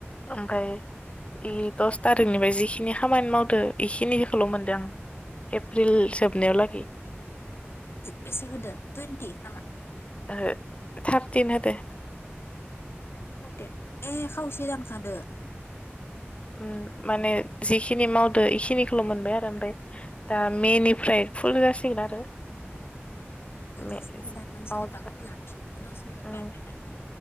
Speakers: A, on the left; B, on the left.
A: ओमफाय इ दस थारिखनिफ्राय जिखिनि खामानि मावदो इखिनिखौल मोनदों आं। एप्रिल जोबनायाव लागै। <inaudible>
B: बेसे होदो टुइन्टि नामा
A: ओहो थारथिन होदो।
B: माव दो। <inaudible> ए खावसे दानजादो।
A: ओम माने जिखिनि माव ओ इखिनिखौल मोनबाय आरो ओमफाय दा मेनिफ्राय फुल जासिगोन आरो।
B: दानसिगोन
A: मे मावजोबबाथाय
B: दानलांसिगोन दा ख'ला दस मिनिट
A: उम
B: बारबायना